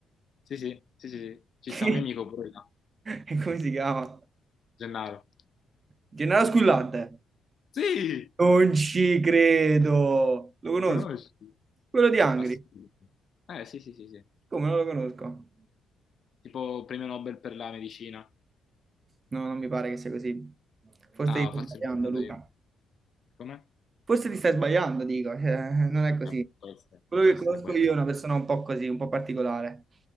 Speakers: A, on the left; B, on the right.
A: Sì, sì, sì, sì, sì. Ci
B: <laughs>
A: sta un mio amico pure là,
B: E come si chiama?
A: Gennaro.
B: Gennaro Squillante.
A: Sì,
B: Non ci credo. Lo conosco.
A: conosci.
B: Quello di Angri.
A: Assolutamente. Eh, sì, sì, sì, sì.
B: Come non lo conosco?
A: Tipo premio Nobel per la medicina.
B: No, non mi pare che sia così. Forse
A: Ah,
B: ti stai
A: forse
B: sbagliando,
A: mi sono andato
B: Luca.
A: io. Com'è?
B: Forse ti stai sbagliando, dico. eh, non è così.
A: Vabbè, può essere,
B: Quello
A: può
B: che
A: essere,
B: conosco
A: può essere.
B: io è una persona un po' così, un po' particolare.